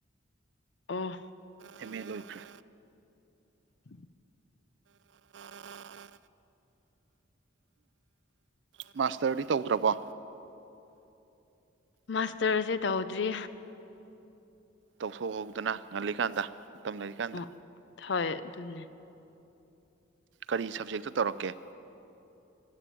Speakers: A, on the left (about 65°); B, on the right (about 65°).
A: ꯑꯣ
B: ꯑꯦꯝ ꯑꯦ ꯂꯣꯏꯈ꯭ꯔꯦ
A: <inaudible>
B: <inaudible> ꯎ ꯃꯥꯁꯇꯔꯗꯤ ꯇꯧꯗ꯭ꯔꯕꯣ
A: ꯃꯥꯁꯇꯔꯁꯦ ꯇꯧꯗ꯭ꯔꯤ
B: ꯇꯧꯊꯣꯛꯍꯧꯗꯅ ꯉꯜꯂꯤꯀꯥꯟꯗ ꯃꯇꯝ ꯂꯩꯔꯤꯀꯥꯟꯗ
A: ꯎꯝ ꯍꯣꯏ ꯑꯗꯨꯅꯦ
B: ꯀꯔꯤ ꯁꯕꯖꯦꯛꯇ ꯇꯧꯔꯛꯀꯦ